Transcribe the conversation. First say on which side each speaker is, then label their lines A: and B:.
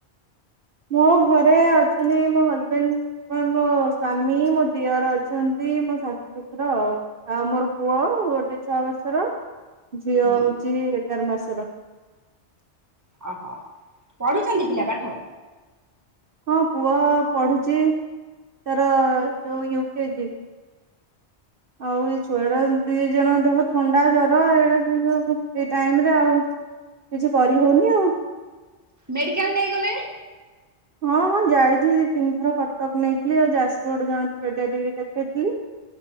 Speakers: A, on the right (about 55°); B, on the right (about 15°).
A: ମୋ ଘରେ ଅଛନ୍ତି ମୋ ହଜବେଣ୍ଡ କ ମୋ ସ୍ଵାମୀ ମୋ ଦିଅର ଅଛନ୍ତି ମୋ ଶାଶୁ ଶଶୁର ଆଉ। ଆଉ ମୋର ପୁଅ ଗୋଟେ ଛଅ ମାସର ଝିଅ
B: ହୁଁ
A: ହଉଛି ଏଗାର ମାସର।
B: ଓହୋ ପଢୁଛନ୍ତି ପିଲା ପାଠ
A: ହଁ ପୁଅ ପଢୁଛି ତାର ଯୋଉ ୟୁକେଜି। ଆଉ ଏଇ ଛୁଆଟା ଦି ଜଣଙ୍କ ଦେହ ଥଣ୍ଡା ଜ୍ବର ଏଇା ସେ ସବୁ ଏଇ ଟାଇମ ରେ ଆଉ କିଛି କରିହଉନି ଆଉ
B: ମେଡ଼ିକାଲ ନେଇଗଲେନି?
A: ହଁ ହଁ ଯାଇଥିଲି ଦି ତିନିଥର କଟକ ନେଇଥିଲି ଆଉ ଯାଜପୁରରେ ଜଣେ ପେଡ଼ାଡିଟେ ଦେଖେଇଥିଲି।